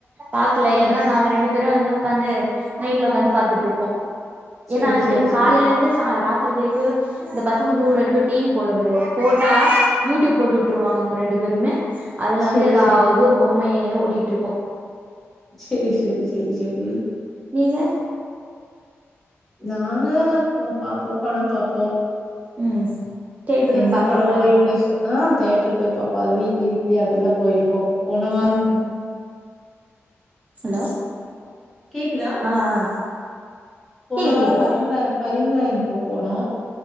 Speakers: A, on the right; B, in the centre.
A: பாக்கல
B: ஆ
A: இல்லன்னா நாங்க ரெண்டு பேரு வந்து உக்காந்து நைட்ல உக்காந்து பாத்துட்டு இருப்போ
B: செரி
A: ஏன்னா அந்த
B: செரி செரி
A: காலையில இருந்து ச ராத் த்தரி வரைக்கு இந்த பசங்க தூங்கற வரைக்கு டிவி போட முடியாது போட்டா யூடியூப் போட்டு விட்டுருவாங்க இவுங்க ரெண்டு பேருமே அதுல
B: செரி
A: வந்து எதாவது
B: செரி
A: து ஒரு பொம்மையே ஓடிட்டு இருக்கு
B: செரி செரி செரி செரி
A: நீங்க
B: நாங்க பாப்போ படம் பாப்போ
A: ம் தேட்டர் போய்
B: என்ன
A: பாப்பீங்களா
B: படவோ இன்ட்ரெஸ்ட் ஆ தேட்ரு போய் பாப்போ அது வீக்லி வீக்லி அதெல்லா போயிருவோ போன வார
A: ம் ஹலோ
B: கேக்குதா
A: ஆ ஆ
B: போன
A: கேக்குது
B: வார
A: கேக்குது
B: பரிமள பரிமளன் கோ போனோ